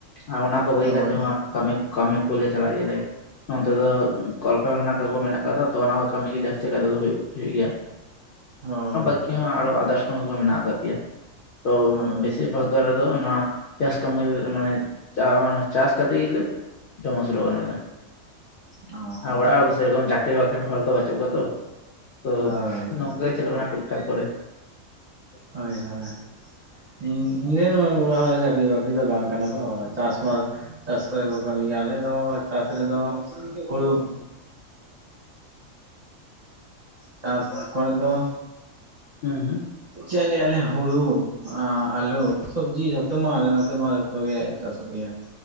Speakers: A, on the left; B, on the right.
A: ᱟᱨ ᱚᱱᱟ ᱠᱚ ᱵᱟᱹᱜᱤ
B: ᱦᱳᱭ
A: ᱠᱟᱛᱮᱫ ᱦᱚᱸ ᱠᱟᱹᱢᱤ ᱠᱟᱹᱢᱤ ᱠᱚᱞᱮ ᱪᱟᱞᱟᱜ ᱜᱮᱭᱟ ᱞᱮ, ᱱᱚᱱᱛᱮ ᱫᱚ ᱠᱚᱞᱠᱟᱨᱠᱷᱟᱱᱟ ᱠᱚᱠᱚ ᱢᱮᱱᱟᱜ ᱟᱠᱟᱫᱟ ᱛᱚ ᱚᱱᱟ ᱠᱚ ᱠᱟᱹᱢᱤ ᱜᱮ ᱡᱟᱹᱥᱛᱤ ᱠᱟᱭ ᱛᱮ ᱫᱚ ᱦᱳᱭᱳᱜ ᱜᱮᱭᱟ ᱾
B: ᱦᱳᱭ
A: ᱵᱟᱹᱠᱤ ᱦᱚᱸ ᱟᱨᱚ ᱟᱫᱟᱨᱥ ᱠᱟᱢᱤ ᱠᱚᱦᱚᱸ ᱢᱮᱱᱟᱜ ᱟᱠᱟᱫ ᱜᱮᱭᱟ ᱛᱚ
B: ᱦᱳᱭ
A: ᱵᱤᱥᱤ ᱵᱤᱥᱤᱨ ᱵᱷᱟᱜ ᱫᱚ ᱟᱞᱮ ᱫᱚ ᱱᱚᱣᱟ ᱪᱟᱥ ᱠᱟᱹᱢᱤ ᱨᱮ ᱢᱟᱱᱮ ᱢᱟᱱᱮ ᱪᱟᱥ ᱠᱟᱛᱮ ᱜᱮᱞᱮ ᱡᱚᱢ ᱟᱹᱥᱩᱞᱚᱜ ᱠᱟᱱᱟ ᱞᱮ ᱾
B: ᱚ
A: ᱟᱨ ᱚᱲᱟᱜ ᱨᱮᱫᱚ ᱥᱮᱨᱚᱠᱚᱢ ᱪᱟᱹᱠᱨᱤ ᱵᱟᱹᱠᱨᱤ ᱨᱮᱱ ᱦᱚᱲ ᱛᱚ ᱵᱟᱪᱩᱜ ᱠᱚᱣᱟ ᱛᱚ, ᱛᱚ
B: ᱦᱳᱭ
A: ᱱᱚᱝᱠᱟ ᱜᱮ ᱪᱞᱩᱜ ᱠᱟᱱᱟ ᱴᱩᱠ ᱴᱟᱠ ᱠᱚᱨᱮ ᱾
B: ᱦᱳᱭ ᱦᱳᱭ ᱾ ᱤᱧ ᱤᱧ ᱨᱮᱱ ᱚᱲᱟᱜ ᱚᱲᱟᱜ ᱦᱚᱲ ᱦᱚ ᱪᱟᱹᱠᱨᱤ ᱵᱟᱹᱠᱨᱤ ᱫᱚ ᱵᱟᱝ ᱠᱟᱱᱟ ᱠᱚ ᱪᱟᱥᱵᱟᱥ ᱪᱟᱥ ᱠᱚᱨᱮ ᱠᱚ ᱠᱟᱹᱢᱤ ᱜᱮᱭᱟ ᱟᱞᱮ ᱫᱚ ᱪᱟᱥ ᱨᱮᱫᱚ ᱦᱩᱲᱩ <inaudible> ᱪᱟᱥ ᱠᱚᱨᱮᱜ ᱫᱚ
A: ᱦᱩᱸ ᱦᱩᱸ ᱾
B: ᱪᱮᱫ ᱞᱮᱭᱟᱞᱮ ᱦᱩᱲᱩ ᱟᱸᱻ ᱟᱞᱩ ᱥᱚᱵᱡᱤ ᱡᱷᱚᱛᱚ ᱢᱟ ᱟᱞᱮ ᱱᱚᱛᱮ ᱢᱟ ᱡᱷᱚᱛᱚ ᱜᱮ ᱪᱟᱥᱚᱜ ᱜᱮᱭᱟ ᱾